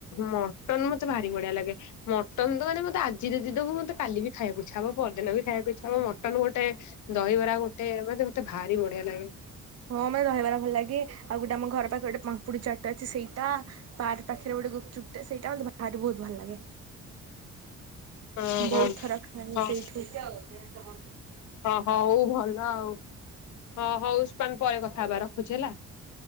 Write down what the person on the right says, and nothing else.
ହଁ ମାନେ ଦହିବରା ଭଲ ଲାଗେ, ଆଉ ଗୋଟେ ଆମ ଘର ପାଖରେ ଗୋଟେ ପାମ୍ପୁଡି ଚାଟ ଅଛି ସେଇଟା। ପାର୍କ ପାଖରେ ଗୋଟେ ଗୁପଚୁପଟେ, ସେଇଟା ମତେ ଭାରି ବହୁତ ଭଲ ଲାଗେ।
ବହୁତ
ଥର ଖାଏ
ସେଇଠୁ। <inaudible>